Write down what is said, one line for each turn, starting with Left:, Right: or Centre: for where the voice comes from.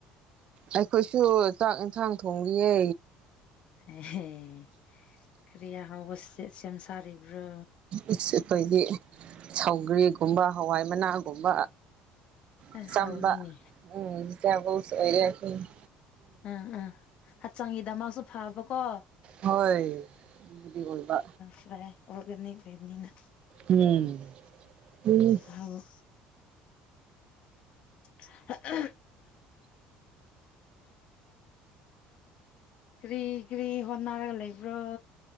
Right: ꯑꯩꯈꯣꯏꯁꯨ ꯆꯥꯛ ꯌꯦꯟꯁꯥꯡ ꯊꯣꯡꯉꯤꯌꯦ
Left: ꯑꯦ ꯀ꯭ꯔꯤ ꯑꯍꯥꯎꯕ ꯁꯦꯝ ꯁꯥꯔꯤꯕ꯭ꯔꯣ
Right: ꯑꯩꯈꯣꯏꯒꯤ ꯁꯧꯒ꯭ꯔꯤꯒꯨꯝꯕ ꯍꯋꯥꯏ ꯃꯅꯥꯒꯨꯝꯕ
Left: ꯑꯁ
Right: ꯃꯆꯝꯕ
Left: ꯍꯥꯎꯅꯤꯅꯦ
Right: ꯎꯝ ꯇꯔꯕꯨꯁ ꯑꯣꯢꯔꯦ ꯑꯩꯈꯣꯢꯗꯤ
Left: ꯑꯝ ꯑꯝ ꯍꯛꯆꯥꯡꯒꯤꯗꯃꯛꯁꯨ ꯐꯕꯀꯣ
Right: ꯍꯣꯏ ꯗꯨꯕꯨꯗꯤ ꯑꯣꯢꯕ
Left: ꯁꯥꯏ ꯑꯣꯒꯅꯤ ꯂꯩꯕꯅꯤꯅ
Right: ꯎꯝ ꯎꯝ
Left: ꯍꯥꯎ <inaudible> ꯀ꯭ꯔꯤ ꯀ꯭ꯔꯤ ꯍꯣꯠꯅꯔꯒ ꯂꯩꯕ꯭ꯔꯣ